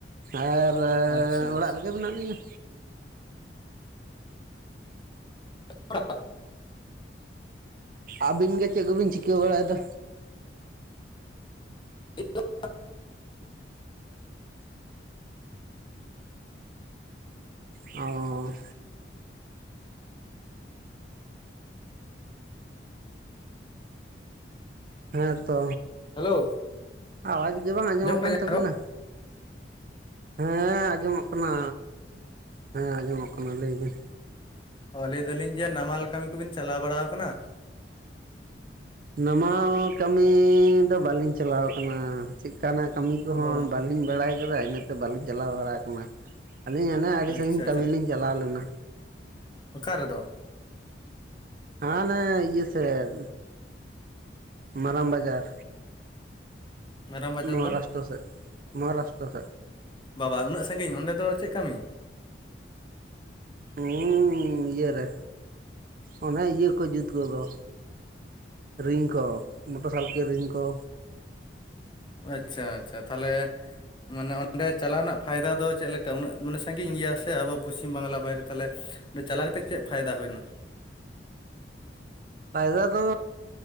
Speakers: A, on the right; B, on the left.
A: ᱟᱨ
B: ᱟᱪᱪᱷᱟ
A: ᱚᱲᱟᱜ
B: ᱟᱪᱪᱷᱟ
A: ᱨᱮᱜᱮ ᱢᱮᱱᱟᱜ ᱞᱤᱧᱟᱹ᱾
B: <unintelligible>
A: ᱟᱹᱵᱤᱱ ᱜᱮ ᱪᱮᱫ ᱠᱚᱵᱤᱱ ᱪᱤᱠᱟᱹ ᱵᱟᱲᱟᱭᱮᱫᱟ᱾
B: <unintelligible>
A: ᱚᱻ ᱦᱮᱸᱛᱚ
B: ᱦᱮᱞᱳ
A: ᱟᱣᱟᱡᱽ ᱜᱮ ᱵᱟᱝ ᱟᱸᱡᱚᱢᱚᱜ ᱠᱟᱱ
B: ᱠᱟᱱᱟ ᱤᱧᱟᱹᱜ
A: ᱛᱟᱹᱵᱤᱱᱟ᱾
B: ᱨᱚᱲ
A: ᱦᱮᱸ ᱟᱸᱡᱚᱢᱚᱜ ᱠᱟᱱᱟ ᱦᱮᱸ ᱟᱸᱡᱚᱢᱚᱜ ᱠᱟᱱᱟ ᱞᱟᱹᱭ ᱵᱤᱱ
B: ᱚ ᱞᱟᱹᱭ ᱫᱟᱹᱞᱤᱧ ᱡᱮ ᱱᱟᱢᱟᱞ ᱠᱟᱹᱢᱤ ᱠᱚᱵᱤᱱ ᱪᱟᱞᱟᱣ ᱵᱟᱲᱟ ᱟᱠᱟᱱᱟ᱾
A: ᱱᱟᱢᱟᱞ ᱠᱟᱹᱢᱤ ᱫᱚ ᱵᱟᱹᱞᱤᱧ ᱪᱟᱞᱟᱣ ᱟᱠᱟᱱᱟ ᱪᱮᱫᱠᱟᱱᱟᱜ ᱠᱟᱹᱢᱤ ᱠᱚᱦᱚᱸ
B: ᱚ
A: ᱵᱟᱹᱼ ᱵᱟᱹᱞᱤᱧ ᱵᱟᱲᱟᱭ ᱟᱠᱟᱫᱟ ᱤᱱᱟᱹᱛᱮ ᱵᱟᱹᱞᱤᱧ ᱪᱟᱞᱟᱣ ᱵᱟᱲᱟ ᱟᱠᱟᱱᱟ ᱟᱹᱞᱤᱧ ᱦᱟᱱᱮ ᱟᱹᱰᱤ
B: ᱟᱪᱪᱷᱟ
A: ᱥᱟᱺᱜᱤᱧ ᱠᱟᱹᱢᱤ ᱞᱤᱧ ᱪᱟᱞᱟᱣ ᱞᱮᱱᱟ᱾
B: ᱚᱠᱟᱨᱮ ᱫᱚ
A: ᱦᱟᱱᱮ ᱤᱭᱟᱹ ᱥᱮᱫ ᱢᱟᱨᱟᱝ ᱵᱟᱡᱟᱨ
B: ᱢᱟᱨᱟᱝ ᱵᱟᱡᱟᱨ
A: ᱢᱚᱦᱟᱨᱟᱥᱴᱨᱚ
B: ᱫᱚ
A: ᱥᱮᱫ ᱢᱚᱦᱟᱨᱟᱥᱴᱨᱚ ᱥᱮᱫ
B: ᱵᱟᱵᱟ ᱩᱱᱟᱹᱜ ᱥᱟᱺᱜᱤᱧ ᱚᱸᱰᱮ ᱫᱚ ᱪᱮᱫ ᱠᱟᱹᱢᱤ?
A: ᱦᱩᱸᱻ ᱤᱭᱟᱹᱨᱮ ᱚᱱᱮ ᱤᱭᱟᱹ ᱠᱚ ᱡᱩᱛ ᱠᱚᱫᱚ ᱨᱤᱝ ᱠᱚ ᱢᱚᱴᱚᱨ ᱥᱟᱨᱠᱮᱞ ᱨᱤᱝ ᱠᱚ
B: ᱟᱪᱪᱷᱟ ᱟᱪᱪᱷᱟ ᱛᱟᱦᱚᱞᱮ ᱢᱟᱱᱮ ᱚᱸᱰᱮ ᱪᱟᱞᱟᱣ ᱨᱮᱱᱟᱜ ᱯᱷᱟᱭᱫᱟ ᱫᱚ ᱪᱮᱫ ᱞᱮᱠᱟ ᱩᱱᱟᱹᱜ ᱢᱟᱱᱮ ᱥᱟᱺᱜᱤᱧ ᱜᱮᱭᱟ ᱥᱮ ᱟᱵᱚ ᱯᱚᱥᱪᱤᱢ ᱵᱟᱝᱞᱟ ᱵᱟᱭᱨᱮ ᱛᱟᱦᱚᱞᱮ ᱪᱟᱞᱟᱣ ᱠᱟᱛᱮᱜ ᱪᱮᱫ ᱯᱷᱟᱭᱫᱟ ᱦᱩᱭᱱᱟ᱾
A: ᱯᱷᱟᱭᱫᱟ ᱫᱚ